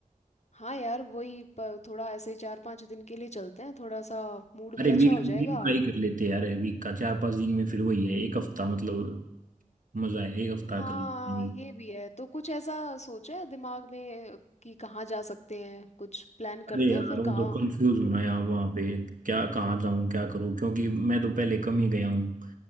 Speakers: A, on the left; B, on the right.
A: हाँ यार वही प- थोड़ा ऐसे चार पांच दिन के लिए चलते हैं थोड़ा सा मूड भी
B: अरे
A: अच्छा
B: वीक
A: हो
B: वीक
A: जाएगा
B: का ही कर लेते हैं यार वीक का चार पांच दिन में फिर वही है एक हफ्ता मतलब मजा है एक हफ्ता
A: हाँ
B: कर लेते हैं
A: ये भी है तो कुछ ऐसा सोचा है दिमाग में कि कहाँ जा सकते हैं कुछ प्लान
B: अरे
A: करते
B: यार
A: हैं फिर
B: वो
A: कहाँ
B: तो कंफ्यूज होना यार वहां पे क्या कहाँ जाऊं क्या करूं क्योंकि मैं तो पहले कम ही गया हूँ